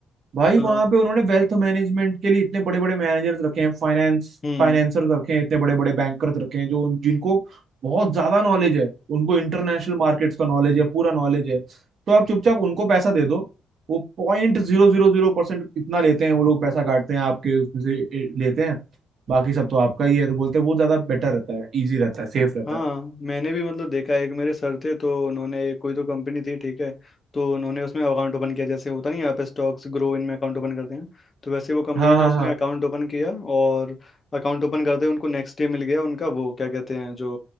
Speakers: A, on the right (about 60°); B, on the left (about 35°).
A: भाई वहां
B: हाँ
A: पे उन्होंने वेल्थ मैनेजमेंट के लिए इतने बड़े बड़े मैनेजर्स रखे हैं फाइनेंस
B: हम्म
A: फाइनेंसर्स रखे हैं इतने बड़े बड़े बैंकर्स रखे हैं जो जिनको बहुत ज्यादा नॉलेज है उनको इंटरनेशनल मार्केट्स का नॉलेज है पूरा नॉलेज है तो आप चुपचाप उनको पैसा दे दो वो point zero zero zero percent इतना लेते हैं वो लोग पैसा काटते हैं आपके उसमें से ए, लेते हैं बाकी सब तो आपका ही है तो बोलते हैं वो ज्यादा बेटर रहता है इजी रहता है सेफ रहता
B: हाँ
A: है
B: मैंने भी मतलब देखा है, एक मेरे सर थे तो उन्होंने कोई तो कंपनी थी ठीक है तो उन्होंने उसमें अकाउंट ओपन किया जैसे होता नहीं है, आप स्टॉक्स ग्रो इनमें अकाउंट ओपन करते हैं तो वैसे वो कंपनी
A: हाँ
B: थी
A: हाँ
B: उसमें
A: हाँ
B: अकाउंट ओपन किया और अकाउंट ओपन करते ही उनको नेक्स्ट डे मिल गया उनका वो क्या कहते हैं जो